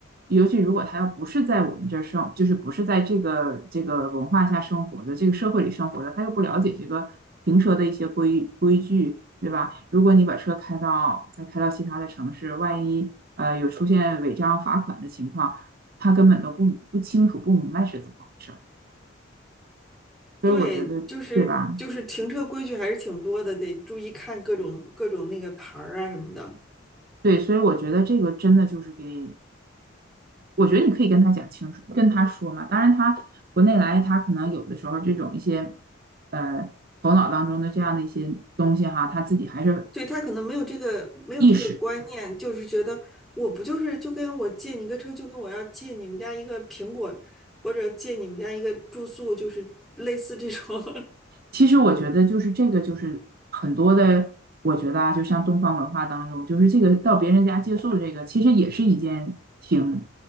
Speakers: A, on the right; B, in the centre.
A: 尤其如果他要不是在我们这儿生，就是不是在这个这个文化下生活的，这个社会里生活的，他又不了解这个停车的一些规规矩，对吧？如果你把车开到再开到其他的城市，万一呃有出现违章罚款的情况，他根本都不不清楚不明白是怎么回事儿，所以我觉得，
B: 对，就是就是停车规矩还是挺多的，
A: 对吧？
B: 得注意看各种各种那个牌儿啊什么的。
A: 对，所以我觉得这个真的就是给。我觉得你可以跟他讲清楚，跟他说嘛。当然他，国内来，他可能有的时候这种一些呃头脑当中的这样的一些东西哈，他自己还是
B: 对，他可能没有这个没有这个观念，
A: 意识。
B: 就是觉得我不就是就跟我借你个车，就跟我要借你们家一个苹果，或者借你们家一个住宿，就是类似这种，
A: 其实我觉得就是这个，就是很多的，我觉得啊，就像东方文化当中，就是这个到别人家借宿这个，其实也是一件挺